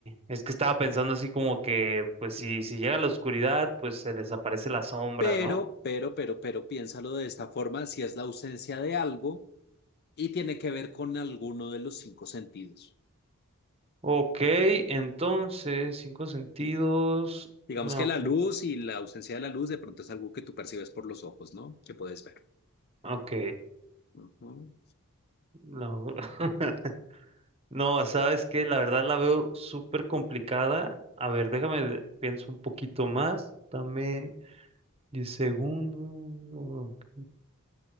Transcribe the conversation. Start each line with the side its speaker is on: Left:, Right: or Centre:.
Right: Es que estaba pensando así como que, pues si, si llega la oscuridad, pues se desaparece la sombra,
Left: Pero,
Right: ¿no?
Left: pero, pero, pero, piénsalo de esta forma, si es la ausencia de algo y tiene que ver con alguno de los cinco sentidos.
Right: Ok, entonces, cinco sentidos...
Left: Digamos
Right: No,
Left: que
Right: ok.
Left: la luz y la ausencia de la luz de pronto es algo que tú percibes por los ojos, ¿no? Que puedes ver.
Right: Ok.
Left: Ujú.
Right: No. <laughs> No, sabes que la verdad la veo súper complicada. A ver, déjame, de- pienso un poquito más. Dame 10 segundos. ok.